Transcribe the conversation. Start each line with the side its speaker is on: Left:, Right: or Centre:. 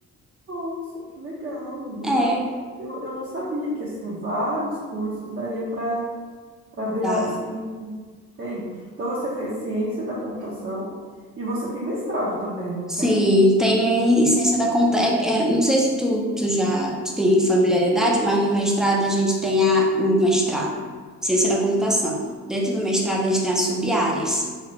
Right: Nossa, que legal. amiga.
Centre: É,
Right: Então, eu, eu não sabia que assim vários cursos daria para para virar
Centre: dá.
Right: assim TI. Então você fez ciência da computação e você tem mestrado também, não
Centre: Sim,
Right: tem?
Centre: tem a essência da conta. É, é, não sei se tu, tu já tu tem familiaridade, mas no mestrado a gente tem a, o mestrado, ciência da computação. Dentro do mestrado a gente tem as sub-áreas.